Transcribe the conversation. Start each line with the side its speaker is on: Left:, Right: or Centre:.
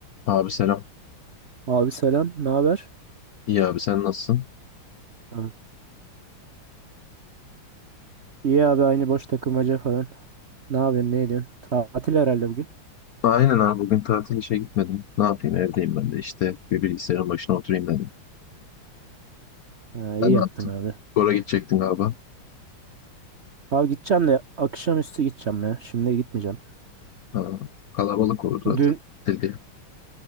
Left: Abi selam.
Right: Abi selam, ne haber?
Left: İyi abi sen nasılsın?
Right: Ha, İyi abi aynı boş takılmaca falan. Ne yapıyorsun, ne ediyorsun? Tatil herhalde bugün.
Left: Aynen abi bugün tatil işe gitmedim. Ne yapayım evdeyim ben de işte bir bilgisayarın başına oturayım dedim.
Right: Ha, iyi
Left: Sen ne
Right: yaptın
Left: yaptın?
Right: abi.
Left: Spora gidecektin galiba.
Right: Abi gideceğim de akşamüstü gideceğim ya. Şimdi gitmeyeceğim.
Left: Ha, kalabalık olur zaten
Right: Dün
Left: tatil diye.